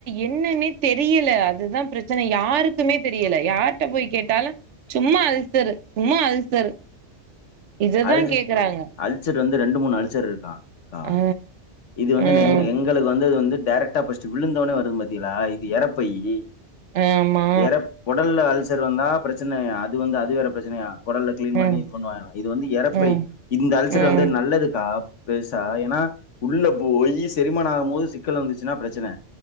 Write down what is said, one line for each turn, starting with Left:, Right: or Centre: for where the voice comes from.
Right: என்னன்னே தெரியல அதுதா பிரச்சனை யாருக்குமே தெரியல யார்கிட்ட போய் கேட்டாலு சும்மா அல்சரு சும்மா அல்சரு இததா
Left: அல்
Right: கேக்குறாங்க
Left: அல்சர் வந்து ரெண்டு மூணு அல்சர் இருக்கா அ
Right: ஆ
Left: இது வந்து
Right: ம்
Left: நெங் எங் களுக்கு வந்து வந்து டைரெக்டா ஃப்ர்ஸ்ட் விழுந்தோனே வரு பாத்தீங்களா இது எரைப்பையி
Right: ஆமா
Left: எரப் கொடல்ல அல்சர் வந்தா பிரச்சனயா அது வந்து அது வேற பிரச்சனையா கொடல்ல கிளீன் பண்ணி
Right: ம்
Left: இது பண்ணுவாங்கலம் இது வந்து எரைப்பை
Right: ம்
Left: இந்த அல்சர்
Right: ம்
Left: வந்து ன நல்லதுக்கா பெருசா ஏன்னா உள்ள போய் செரிமானோ ஆகும் போது சிக்கல் வந்துச்சுன்னா பிரச்சனை